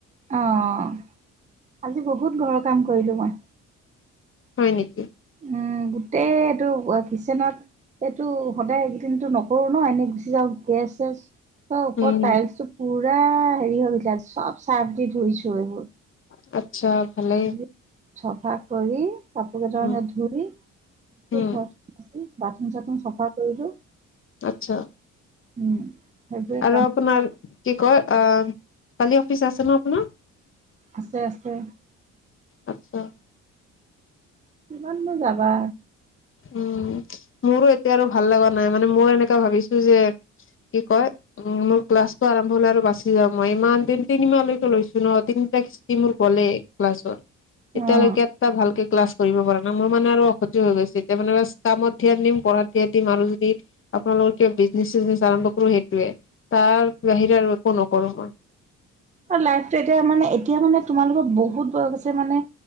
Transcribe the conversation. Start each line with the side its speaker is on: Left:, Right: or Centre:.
Right: অ আজি বহুত ঘৰৰ কাম কৰিলো মই।
Left: হয় নেকি?
Right: উম গোটেই এইটো কিচেনত এইটো সদায় এইকেইদিনতো নকৰো ন এনেই গুচি যাওঁ গেছ চেছ ত ওপৰত
Left: উম
Right: তাইলছতো পুৰা হেৰি হৈ গৈছিলে চব চাৰ্ভ দি ধুইছো এইবোৰ
Left: অ আচ্ছা ভালেই
Right: ধুই চফা কৰি কাপো কেইটা
Left: উম
Right: সে ধুই দি গোটেই
Left: উম
Right: ঘৰ চ মুচি বাথৰুম চাথৰুম চফা কৰিলো।
Left: আচ্ছা
Right: উম সেইবোৰে
Left: আৰু
Right: কাম
Left: আপোনাৰ কি কয় অ কালি অফিচ আছে ন আপোনাৰ?
Right: আছে আছে।
Left: আত্চ্ছা।
Right: কিমাননো যাবা।
Left: উম মোৰো এতিয়া আৰু ভাল লগা নাই মানে মই এনেকাে ভাবিছো যে কি কয় উ মোৰ ক্লাছটো আৰম্ভ হলে আৰু বাছি যাওঁ মই ইমান তি তিনিমাহলৈকে লৈছো ন তিনিটা কিস্তি মোৰ গ'লেই ক্লাছত।
Right: অ
Left: এতিয়ালৈকে এটা ভালকে ক্লাছ কৰিব পৰা নাই মোৰ মানে আৰু অসতি হৈ গৈছে। মানে কামত ধ্যান দিম পঢ়াত ধ্যান দিম আৰু যদি আপোনালোকৰ কিবা বিজনেচ চিজনেচ আৰম্ভ কৰো সেইটোৱে তাৰ বাহিৰে আৰু একো নকৰো মই।
Right: লাইফটো এতিয়া মানে এতিয়া মানে তোমালোকৰ বহুত বয়স আছে মানে